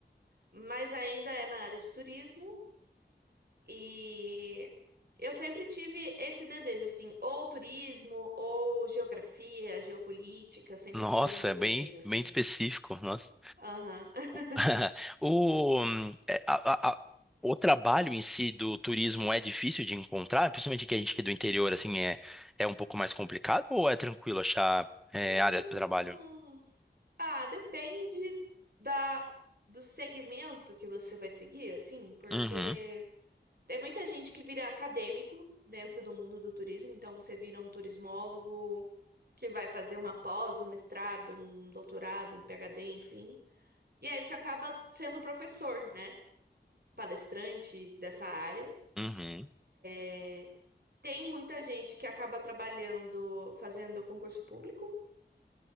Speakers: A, on the right; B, in the centre.
A: Mas ainda é na área de turismo. E eu sempre tive esse desejo, assim, ou turismo, ou geografia, geopolítica, sempre
B: Nossa,
A: foi um desejo,
B: é bem,
A: assim.
B: bem específico. Nossa.
A: Aham. <laughs>
B: <laughs> O, hum, é, a- a- a- o trabalho em si do turismo é difícil de encontrar, principalmente que a gente que é do interior, assim, é, é um pouco mais complicado ou é tranquilo achar é,
A: Hum,
B: área de trabalho?
A: Ah, depende da, do segmento que você vai seguir, assim, porque
B: Uhum,
A: tem muita gente que vira acadêmico dentro do mundo do turismo, então você vira um turismólogo que vai fazer uma pós, um mestrado, um doutorado, um PhD, enfim. E aí você acaba sendo professor, né? palestrante dessa área.
B: uhum.
A: É, tem muita gente que acaba trabalhando, fazendo concurso público,